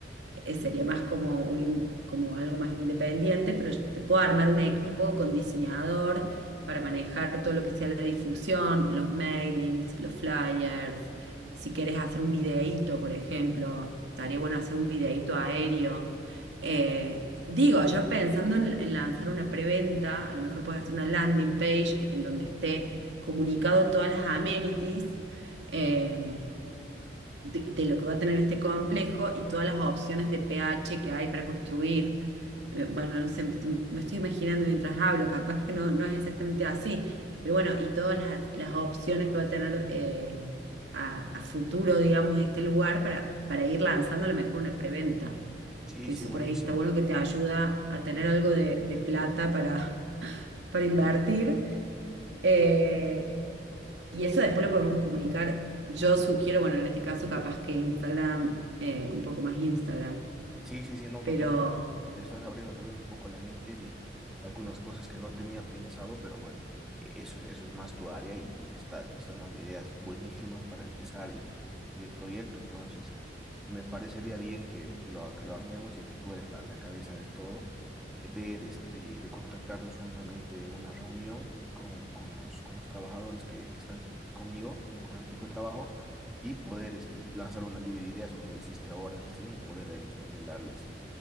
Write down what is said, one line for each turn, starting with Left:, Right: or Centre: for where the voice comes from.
Right: Eh, sería más como, un, in- como algo más independiente, pero yo te puedo armar un equipo con diseñador para manejar todo lo que sea la difusión, los mailings, los flyers. Si quieres hacer un videíto, por ejemplo, estaría bueno hacer un videíto aéreo. Eh, digo, yo pensando en, en lanzar una preventa, a lo mejor puedes hacer una landing page en donde esté comunicado todas las amenities eh, de, de lo que va a tener este complejo y todas las opciones de pH que hay para construir. Eh, Bueno, no sé, me estoy, me estoy imaginando mientras hablo, capaz que no, no es exactamente así, pero bueno, y todas las, las opciones que va a tener eh, a, a futuro, digamos, este lugar para, para ir lanzando a lo mejor una preventa
Centre: Sí,
Right: que
Centre: sí,
Right: eso
Centre: buenísimo.
Right: por ahí está bueno que te ayuda a tener algo de, de plata para, <laughs> para invertir. Eh, y eso después lo podemos comunicar. Yo sugiero, bueno, en este caso capaz que Instagram, eh, un poco más Instagram.
Centre: Sí, sí, sí, no,
Right: Pero
Centre: totalmente. Me estás abriendo también un poco la mente de algunas cosas que no tenía pensado, pero bueno, e- eso, es- eso es más tu área y me estás, me estás dando ideas buenísimas para empezar y, y el proyecto. Entonces, me parecería bien que, que lo, que lo armemos, ya que tú eres la, la cabeza de todo, eh, ver, este, de contactarnos juntamente una reunión con, con los, con los trabajadores que, que están conmigo, con el equipo de trabajo y poder este, lanzar una lluvia de ideas como le hiciste ahora recién y poder a ellos también darles